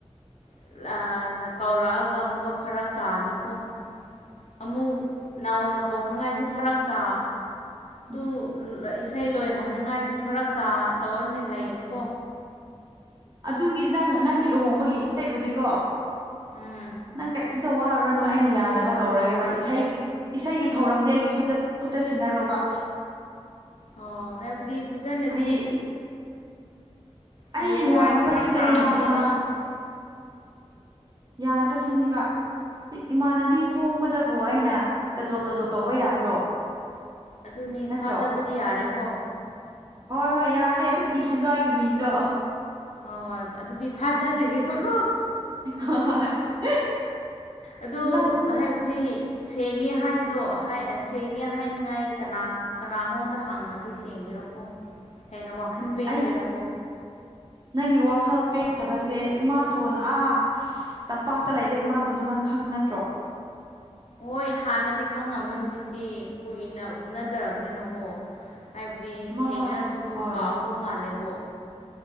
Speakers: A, on the left (about 80°); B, on the right (about 35°).
A: <unintelligible> ꯀꯧꯔꯛꯑꯒ ꯑꯃꯨꯛꯀ ꯐꯔꯛ ꯇꯥꯅꯤꯀꯣ ꯑꯃꯨꯛ ꯅꯧꯅ ꯀꯧꯅꯤꯡꯉꯥꯏꯁꯨ ꯐꯔꯛꯇꯥ
B: ꯎꯝ
A: ꯇꯨ ꯂ ꯏꯁꯩ ꯂꯣꯏꯍꯟꯅꯤꯡꯉꯥꯏꯁꯨ ꯐꯔꯛ ꯇꯥ ꯇꯧꯔꯅꯤ ꯂꯩꯔꯅꯤꯀꯣ
B: ꯑꯗꯨꯒꯤ ꯅꯪ ꯅꯪꯒꯤ ꯂꯨꯍꯣꯡꯕꯒꯤ ꯏꯁꯩꯕꯨꯗꯤꯀꯣ
A: ꯎꯝ
B: ꯅꯪ ꯀꯩꯝ__ ꯇ ꯋꯥꯔꯨꯔꯅꯨ ꯑꯩꯅ ꯌꯥꯅꯕ ꯇꯧꯔꯒꯦꯕ ꯏꯁꯩꯒꯤ ꯏꯁꯩꯒꯤ ꯊꯧꯔꯝꯗꯤ ꯑꯩꯒꯤ ꯈꯨꯠꯇ ꯈꯨꯠꯇ ꯁꯤꯟꯅꯔꯣꯕ
A: ꯑꯣ ꯍꯥꯏꯕꯗꯤ ꯐꯖꯅꯗꯤ
B: ꯍꯥꯏꯗꯤ ꯑꯩꯅ
A: ꯍꯌꯦꯡꯋꯥꯏ
B: ꯌꯥꯅꯕ
A: ꯐꯔꯛ
B: ꯁꯤꯜꯂꯅꯤ
A: ꯇꯥꯒꯅꯤ
B: ꯏꯃꯥ
A: <unintelligible> ꯑꯗꯨ
B: ꯌꯥꯅꯕ ꯁꯤꯟꯅꯤꯕ ꯏꯃꯥꯟꯅꯕꯤ ꯍꯣꯡꯕꯗꯕꯨ ꯑꯩꯅ ꯇꯖꯣꯞ ꯇꯖꯣꯞ ꯇꯧꯕ ꯌꯥꯕ꯭ꯔꯣ
A: ꯑꯗꯨꯅꯦ
B: ꯅꯠꯇ꯭ꯔꯣ
A: ꯊꯥꯖꯕꯗꯤ ꯌꯥꯔꯦꯀꯣ
B: ꯍꯣꯏ ꯍꯣꯏ ꯌꯥꯔꯦ ꯑꯗꯨꯝ ꯏꯁꯤꯜꯂꯣ ꯑꯩꯒꯤ ꯃꯤꯡꯗꯣ
A: ꯍꯣꯏ ꯍꯣꯏ ꯑꯗꯨꯗꯤ ꯊꯥꯖꯔꯒꯦꯀꯣ <unintelligible>
B: ꯍꯣꯏ ꯍꯣꯏ <unintelligible>
A: ꯑꯗꯣ
B: ꯅꯪ
A: ꯍꯥꯏꯕꯗꯤ ꯗꯤ ꯁꯦꯡꯉꯦ ꯍꯥꯏꯗꯣ ꯁꯦꯡꯉꯦ ꯍꯥꯏꯅꯤꯡꯉꯥꯏ ꯀꯅꯥ ꯀꯅꯥꯉꯣꯟꯗ ꯍꯪꯉꯗꯤ ꯁꯦꯡꯒꯦꯔꯀꯣ ꯍꯦꯟꯅ ꯋꯥꯈꯟ ꯄꯦꯟꯒꯦꯔꯀꯣ꯫
B: ꯑꯩ ꯅꯪꯒꯤ ꯋꯥꯈꯜ ꯄꯦꯟꯗꯕꯁꯦ ꯏꯃꯥꯇꯣꯟ ꯑꯥ ꯇꯝꯄꯥꯛꯇ ꯂꯩꯕ ꯏꯃꯥꯇꯣꯟꯗꯨ ꯅꯪ ꯈꯪ ꯅꯠꯇ꯭ꯔꯣ꯫
A: ꯍꯣꯏ ꯍꯥꯟꯅꯗꯤ ꯈꯪꯉꯝꯃꯦ ꯍꯧꯖꯤꯛꯇꯤ ꯀꯨꯏꯅ ꯎꯅꯗ꯭ꯔꯔꯕꯅꯤꯅꯀꯣ꯫ ꯍꯥꯏꯕꯗꯤ
B: ꯃꯥ
A: ꯊꯦꯡꯅꯔꯁꯨ
B: ꯍꯣꯏ
A: ꯀꯥꯎꯗꯧ ꯃꯥꯜꯂꯦꯕꯣ꯫